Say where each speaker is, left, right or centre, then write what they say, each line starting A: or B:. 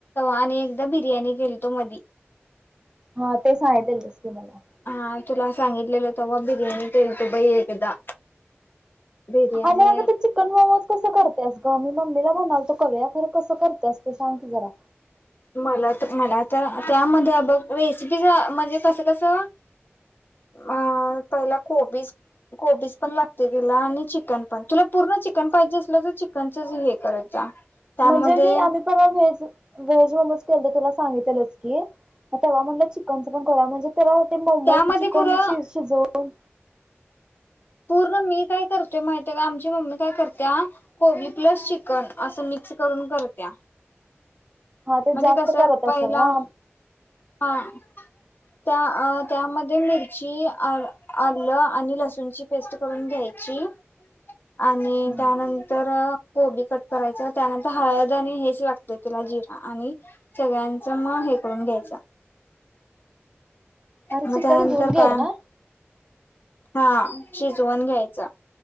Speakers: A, on the left; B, on the right.
A: आणि एकदा बिर्याणी केलतो मधी.
B: हा ते सांगितलस की मला.
A: हा तुला सांगितलेलं तेव्हा बिर्याणी केलतो बाई एकदा. बिर्याणी
B: आणि अग चिकन मोमोज कसं करतेस ग मम्मी. ममीला म्हणालतो करूया पण कसं करतेस ते सांग कि, जरा.
A: मला तर मला तर त्यामध्ये बघ रेसिपीच म्हणजे तसं कसं. अ पहिल कोबीज कोबीज पण लागते तेला आणि चिकन पण तुला पु तुला चिकन पाहिजे असलं तर चिकनच हे करत जा. त्यामध्ये
B: म्हणजे मी आम्ही पण आज व्हेज व्हेज मोमोज. तर तुला सांगितलेलंच की, तेव्हा म्हटलं चिकनच पण कोराव म्हणजे तेव. ते मोमो
A: त्यामध्ये
B: चिकन
A: खरं
B: शिजवून.
A: पूर्ण मी काय करतेव माहिती का आमची मम्मी काय करते कोबी प्लस चिकन असं मी तस करुन करत्या
B: हा ते
A: म्हणजे
B: जास्त
A: कस
B: करत
A: पहिला.
B: असेल ना
A: हा. त्या त्यामध्ये मिरची आलं आणि लसूणची पेस्ट करून घ्यायची. आणि
B: हम्म
A: त्यानंतर कोबी कट करायचं त्यानंतर हळद आणि हेच लागतं तिला. जिरा आणि सगळ्यांच मग हे करून घ्यायच.
B: आणि चिकन
A: मग त्यांतर
B: शिजवून घ्यायचं
A: काय.
B: ना
A: हा शिजवून घ्यायचा.